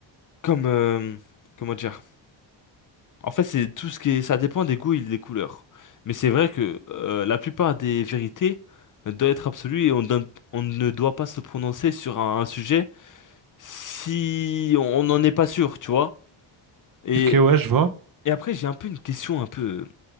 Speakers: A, on the left (about 40°); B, on the right (about 45°).
A: comme... euh, comment dire? En fait, c'est tout ce qui est, ça dépend des goûts et des couleurs. Mais c'est vrai que euh, la plupart des vérités euh, doivent être absolues et on, donne- on ne doit pas se prononcer sur un, un sujet si on n'en est pas sûr, tu vois. Et,
B: ok, ouais, je vois.
A: et après, j'ai un peu une question un peu,